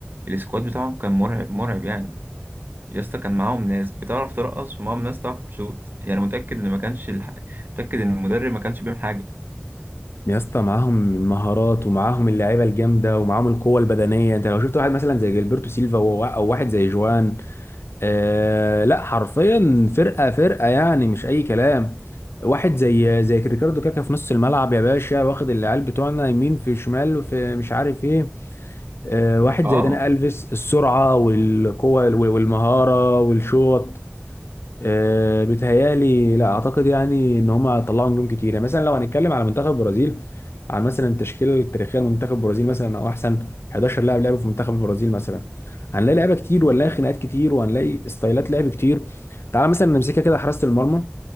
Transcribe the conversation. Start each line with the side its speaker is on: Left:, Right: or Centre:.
Right: السكواد بتاعهم كان مرعب مرعب يعني يا اسطى كان معاهم ناس بتعرف ترقص ومعاهم ناس تعرف تشوط يعني متاكد ان ما كانش الح... متاكد ان المدرب ما كانش بيعمل حاجه
Left: يا اسطى معاهم المهارات ومعاهم اللعيبه الجامده ومعاهم القوه البدنيه انت لو شفت واحد مثلا زي جilberto سيلفا و- او واحد زي جوان آه لا حرفيا فرقه فرقه يعني مش اي كلام واحد زي زي ريكاردو كاكا في نص الملعب يا باشا واخد العيال بتوعنا يمين في شمال وفي مش عارف ايه آه واحد
Right: اه
Left: زي داني الفيس السرعه والقوه وال- والمهاره والشوط أه بيتهيألي لا اعتقد يعني ان هم طلعوا نجوم كتير يعني مثلا لو هنتكلم على منتخب البرازيل عن مثلا التشكيله التاريخيه لمنتخب البرازيل مثلا او احسن 11 لاعب لعبوا في منتخب البرازيل مثلا هنلاقي لعيبه كتير وهنلاقي خناقات كتير وهنلاقي ستايلات لعب كتير تعال مثلا نمسكها كده حراسه المرمى